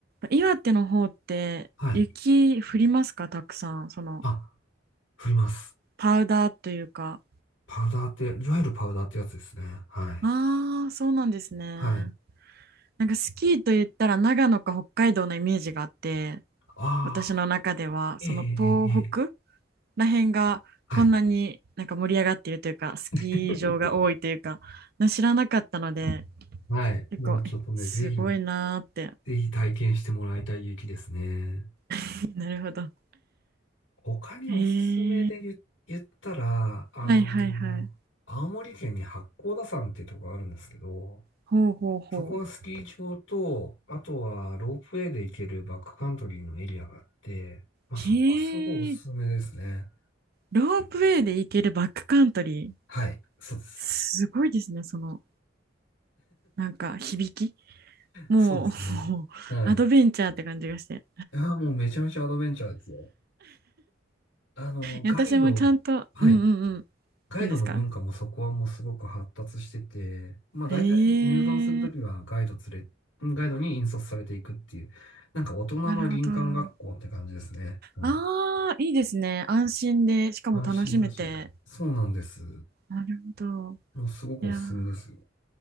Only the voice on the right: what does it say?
岩手の方って雪降りますかたくさん。
その、
パウダーというか。
ああー、そうなんですね。
なんかスキーと言ったら長野か北海道のイメージがあって
私の中ではその東北
ら辺がこんなになんか盛り上がっているというかスキー場が多いというかな知らなかったので
結構えすごいなーって
<laughs> なるほど <laughs>
へえ
はいはいはい
ほうほうほう
へ
えロープウェイで行けるバックカントリー
すごいですねそのなんか響きもう
<laughs>
アドベンチャーって感じがして
私もちゃんと、
うんうんうん。
何ですか
へえ、
なるほど。あ
あ、いいですね。安心で、しかも楽しめて。
なるほど。
いやー、